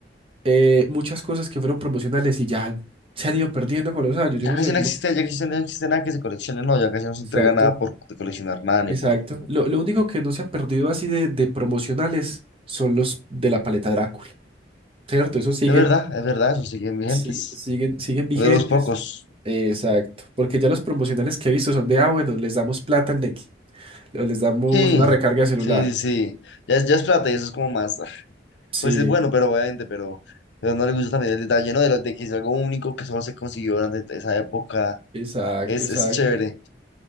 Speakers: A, on the right; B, on the left.
A: Eh, muchas cosas que fueron promocionales y ya se han ido perdiendo con los años, yo
B: ya
A: no
B: casi
A: sé
B: no
A: cómo.
B: existe, ya casi no existe nada que se coleccione, no, ya casi no se
A: Exacto,
B: entrega nada por coleccionar nada, ni
A: exacto.
B: por...
A: Lo, lo único que no se ha perdido así de, de promocionales son los de la paleta Drácula, ¿cierto? Eso sigue
B: Es verdad, es verdad, eso siguen vigentes.
A: Sí, siguen, siguen vigentes.
B: De los pocos.
A: Exacto, porque ya los promocionales que he visto son de, ah, bueno, les damos plata al Nequi, o les damos
B: Sí,
A: una recarga de celular.
B: sí, sí, sí. Ya, es- ya es plata y eso es como más... ah,
A: Sí,
B: Pues es bueno, pero obviamente, pero... Pero no le gusta también el detalle, ¿no? De, lo, de que es algo único que solo se consiguió durante esa época.
A: exacto,
B: Es,
A: exacto.
B: es chévere.